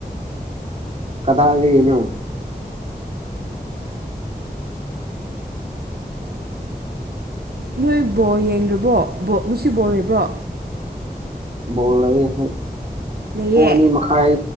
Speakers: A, on the right; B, on the right.
A: ꯀꯗꯥꯗꯩꯅꯣ
B: ꯅꯣꯏ ꯕꯣꯜ ꯌꯦꯡꯗꯔꯤꯕꯣ ꯉꯁꯤ ꯕꯣꯜ ꯂꯩꯕ꯭ꯔꯣ
A: ꯕꯣꯜ ꯂꯩꯌꯦ
B: ꯂꯩꯌꯦ
A: ꯄꯨꯡ ꯑꯅꯤꯃꯛ ꯈꯥꯏ